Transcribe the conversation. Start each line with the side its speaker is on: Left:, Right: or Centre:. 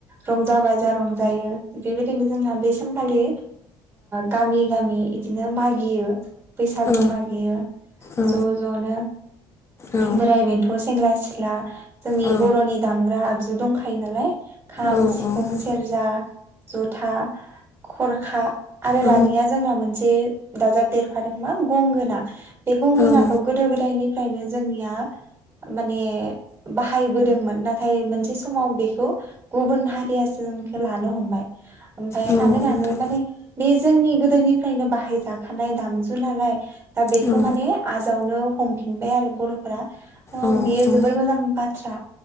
Right: रंजा बाजा रंज जायो बेबायदिनो जोंहा बे सानखालि गामि गामि बिदिनो मागियो बैसााग
Left: औ
Right: गोमागियो
Left: औ
Right: ज' ज'नो
Left: औ
Right: बोराय बेन्थ' सेंग्रा सिख्ला सिख्ला जोंनि
Left: औ
Right: बर'नि दामग्रा आगजु दंखायो नालाय। खाम
Left: औ
Right: सिफुं सेरजा जथा खरखा आरो
Left: औ
Right: दानिया जोंना मोनसे दाजाब देरफादों मा गंगोना बे गंगोनाखौ
Left: औ
Right: गोदो गोदायनिफ्रायनो जोंनिया माने बाहायबोदोंमोन नाथाय मोनसे समाव बेखौ गुबुन हारियासो जोंखे लानो हमबाय ओमफ्राय
Left: नोंथां
Right: थाङै थाङै माने बे जोंनि गोदोनिफ्रायनो बाहायजाखानाय दामजु नालाय दा बेखौ
Left: औ
Right: माने आजावनो हमफिनबाय आरो बर'फोरा ओ
Left: औ
Right: बेयो जोबोर
Left: औ
Right: मोजां बाथ्रा